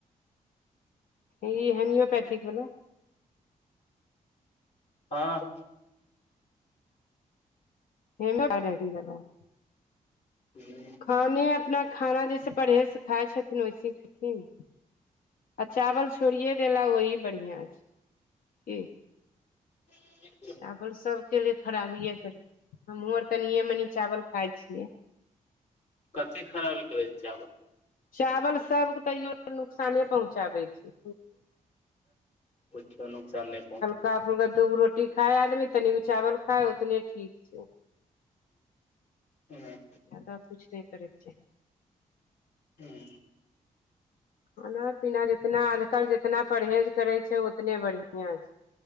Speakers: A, on the left; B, on the left.
A: ई हेमियोपैथिक बला
B: हँ
A: ह <unintelligible>
B: <inaudible>
A: भने अपना खाना जैसे परहेज से खाय छथिन ओइसीही खैथिन नऽ आ चावल छोड़िये देला ओही बढ़ियाँ छै की
B: ह <unintelligible>
A: चावल सब के लिए खराबिे करे छी हमहुँ आर तनिए मनि चावल खााय छियै
B: कथी खराबी कर रहै छै चावल
A: चावल सबके तैयो नुकसाने पहुँचाबै छै
B: कुछो नुकसान नहि पहुँच
A: का फल्का दूगो रोटी खाय आदमी तनिगो चावल खाय उतने ठीक छै
B: हँ
A: जादा कुछ नहि करै छै
B: हूँ
A: खाना पीना जितना आजकल जितना परहेज करै छै उतने बढ़िआं छै